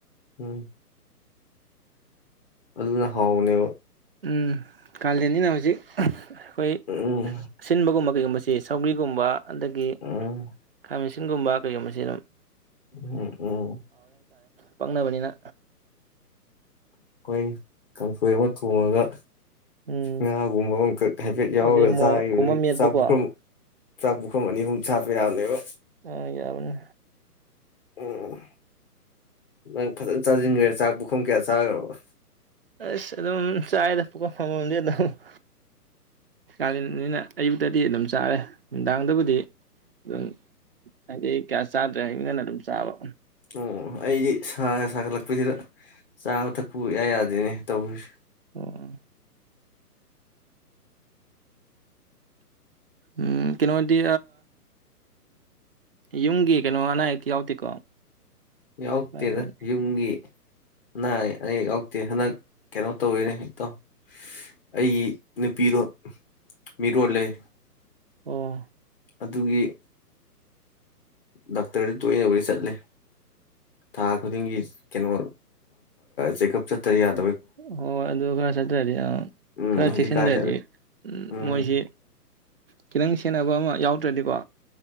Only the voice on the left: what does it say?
ꯎꯝ ꯑꯗꯨꯅ ꯍꯥꯎꯅꯤ
ꯎꯝ
ꯎꯝ
ꯎꯝ ꯑꯣ
ꯑꯩꯈꯣꯏ ꯀꯥꯡꯁꯣꯏ ꯑꯃ ꯊꯣꯡꯉꯒ
ꯉꯥꯒꯨꯝꯕ ꯑꯃꯈꯛ ꯍꯥꯏꯐꯦꯠ ꯌꯥꯎꯔꯒ
ꯆꯥꯈꯤꯕ
ꯆꯥꯛ ꯄꯨꯈ꯭ꯔ
ꯆ꯭ꯔꯥꯛꯄꯕꯨꯈꯝꯅꯤ ꯍꯨꯨꯝ ꯁꯥꯥꯄꯩ ꯌꯥꯎꯅꯦꯣ <unintelligible>
ꯎꯝ ꯅꯪ ꯐꯖꯅ ꯆꯥꯁꯤꯟꯈ꯭ꯔꯦ ꯆꯥꯛ ꯄꯨꯈꯨꯝ ꯀꯌꯥ ꯆꯥꯈ꯭ꯔꯕ
ꯎꯝ ꯑꯩꯗꯤ ꯁꯥ ꯁꯥꯒꯠꯂꯛꯄꯁꯤꯗ ꯆꯥꯕ ꯊꯛꯄ ꯌꯥ ꯌꯥꯗꯦꯅꯦ ꯇꯧꯁꯦ
ꯌꯥꯎꯛꯇꯦꯗ
ꯌꯨꯡꯒꯤ ꯑꯅꯥ ꯑꯌꯦꯛ ꯌꯥꯎꯗꯦ ꯍꯟꯗꯛ ꯀꯩꯅꯣ ꯇꯧꯔꯤꯦꯅꯦ ꯏꯇꯥꯎ ꯑꯩꯒꯤ ꯅꯨꯄꯤꯗꯣ ꯃꯤꯔꯣ ꯂꯩ
ꯑꯗꯨꯒꯤ ꯑ ꯗꯥꯛꯇꯔꯗꯤ ꯇꯣꯏꯅꯕꯨꯗꯤ ꯆꯠꯂꯦ ꯊꯥ ꯈꯨꯗꯤꯡꯒꯤ ꯀꯩꯅꯣ ꯆꯦꯛꯑꯞ ꯆꯠꯇ ꯌꯥꯗ
ꯎꯝ
ꯍꯧꯖꯤꯛꯀꯥꯟꯁꯦ
ꯎꯝ